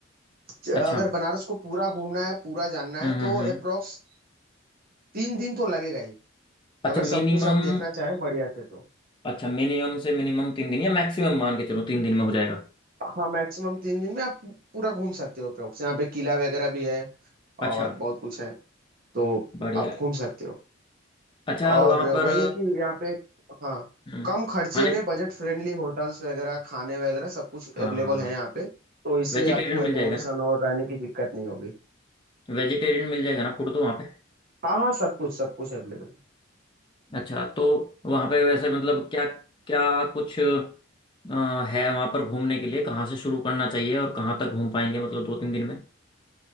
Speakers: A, on the right; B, on the left.
A: ज-
B: अच्छा
A: अगर बनारस को पूरा घूमना है पूरा जानना
B: हम्म
A: है
B: हम्म
A: तो
B: हम्म
A: अप्रोक्स तीन दिन तो लगेगा ही
B: अच्छा
A: अगर
B: मिनिमम
A: सब कुछ आप देखना चाहें बढ़िया से तो
B: अच्छा मिनिमम से मिनिमम तीन दिन या मैक्सिमम मान के चलो तीन दिन में हो जाएगा
A: हाँ मैक्सिमम तीन दिन में आप पूरा घूम सकते हो अप्रोक्स यहाँ पे किला वगैरह भी है
B: अच्छा
A: और बहुत कुछ है तो
B: बढ़िया
A: आप घूम सकते हो
B: अच्छा
A: और
B: वहाँ
A: वही
B: पर
A: है कि यहाँ पे हाँ
B: हम्म,
A: कम खर्चे
B: खाने
A: में बजट फ्रेंडली होटल्स वगैरह खाने वगैरह सब कुछ अवेलेबल
B: हाँ
A: है यहाँ पे तो इसलिए
B: वेजिटेरियन
A: आपको एकोमोडेशन
B: मिल जाएगा ना
A: और रहने की दिक्कत नहीं होगी
B: वेजिटेरियन मिल जाएगा ना फूड तो वहाँ पे
A: हाँ हाँ सब कुछ सब कुछ अवेलेबल है
B: अच्छा तो वहाँ पे वैसे मतलब क्या क्या कुछ अ, है वहाँ पर घूमने के लिए कहाँ से शुरू करना चाहिए और कहाँ तक घूम पाएंगे मतलब दो तीन दिन में